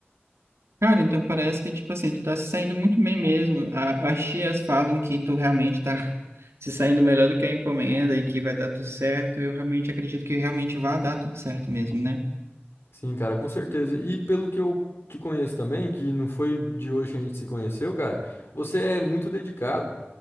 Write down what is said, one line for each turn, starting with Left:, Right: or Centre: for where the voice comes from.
Right: Cara, então parece que, tipo assim, tu tá se saindo muito bem mesmo. A- as tias falam que tu realmente tá <laughs> se saindo melhor do que a encomenda e que vai dar tudo certo. Eu realmente acredito que realmente vai dar tudo certo mesmo, né?
Left: Sim, cara, com certeza. E pelo que eu te conheço também, que não foi de hoje que a gente se conheceu, cara, você é muito dedicado,